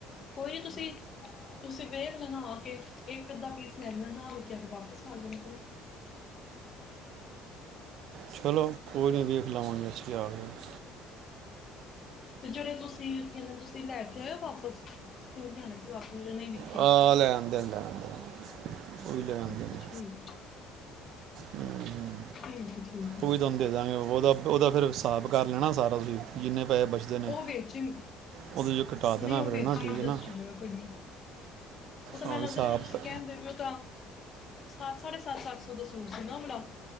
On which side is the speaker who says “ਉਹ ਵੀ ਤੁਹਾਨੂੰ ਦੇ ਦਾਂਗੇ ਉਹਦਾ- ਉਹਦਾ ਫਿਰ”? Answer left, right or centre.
Right